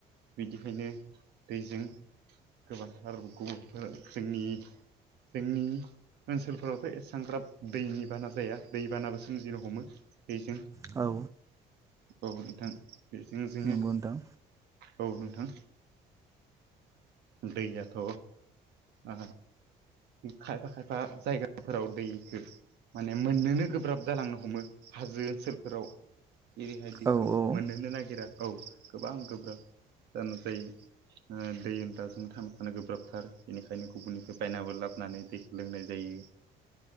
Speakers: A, on the right (about 75°); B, on the right (about 20°).
A: बिदिखायनो दैजों गोबांथार गुबुनफोर जोंनि जोंनि ओनसोलफोरावथ' एसांग्राब दैनि बाना जाया दै बानाबो सोमजिनो हमो बेजों
B: औ
A: औ नोंथां बेजों जोङो
B: नंगौ नोंथां
A: औ नोंथां दैयाथ' आ खायफा खायफा जायगाफोराव दैखौ माने मोननोनो गोब्राब जालांनो हमो हाजो ओनसोलफोराव रैबायदिखौ
B: औ औ
A: मोननोनो नागिरा औ गोबां गोब्राब जानोसायो दै होनब्ला जों थानो थानो गोब्राबथार बेनिखायनो गुबुननिफ्राय बायनाबो लाबोनानै दैखौ लोंनाय जायो <inaudible>